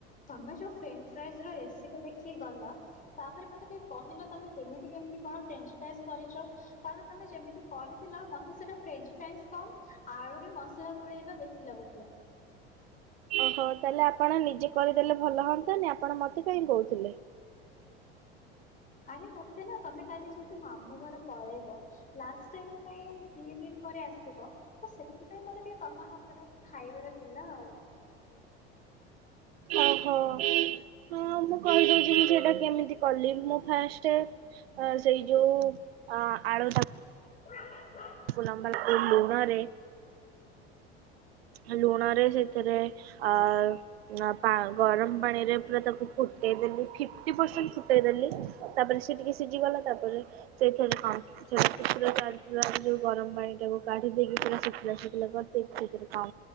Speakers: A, on the left (about 25°); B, on the right (about 70°).
A: ତମେ ଯୋଉ ଫ୍ରେଞ୍ଚ୍ ଫ୍ରାଏଜ ର ରେସିପି ଦେଖିକି ଗଲ ତାପରେ ମତେ ଟିକେ କହିଲ ତମେ କେମିତି କେମିତି କଣ ଫ୍ରେଞ୍ଚ ଫ୍ରାଇଜ କରିଛ? କାରଣ ତମେ ଯେମିତି କହିଥିଲ ମତେ ସେଟା <unintelligible> କମ ଆଳୁରେ ମସଲା ଗୋଳେଇବା ବେଶୀ ଲାଗୁଥିଲା।
B: ଓହୋ ତାହେଲେ ଆପଣ ନିଜେ କରିଦେଲେ ଭଲ ହୁଅନ୍ତାନି ଆପଣ ମତେ କାଇହିଁ କହୁଥିଲେ?
A: ଆରେ ମତେ ନା ତମେ କାଲି ଯେହେତୁ ମାମୁଁ ଘରେ ପଳେଇବ। ଲାଷ୍ଟ ଟାଇମ ପାଇଁ ଦି ଦିନ ପରେ ଆସିବ। ତ ସେଥିପାଇଁ ମତେ ଟିକେ ତମ ହାତରେ ର ଖାଇବାର ଥିଲା ଆଉ।
B: ଓ ହୋ, ହଁ ମୁଁ କହିଦେଉଛି ମୁ ସେଟା କେମିତି କଲି ମୁଁ ଫାର୍ଷ୍ଟ ସେଇ ଯୋଉ ଆଳୁ
A: <inaudible>
B: ଲମ୍ବା ଲମ୍ବା କାଟିକି ଏ ଲୁଣରେ। ଆ ଲୁଣ ରେ ସେଥିରେ ଆ। ନା ପା ଗରମ ପାଣି ରେ ପୁରା ତାକୁ ଫୁଟେଇ ଦେଲି। ଫଫ୍ଟି ପରସେଣ୍ଟ ଫୁଟେଇ ଦେଲି ତାପରେ ସେ ଟିକେ ସିଝିଗଲା ତାପରେ ସେଇଥି କଣ। ଛୁର କାଞ୍ଚପୁର <unintelligible> ଯୋଉ ଗରମ ପାଣି ଟାକୁ କାଢି ଦେଇକି ଶୁଖିଲା ଶୁଖିଲା କରିଦେଇକି ସେଥିରେ କଁ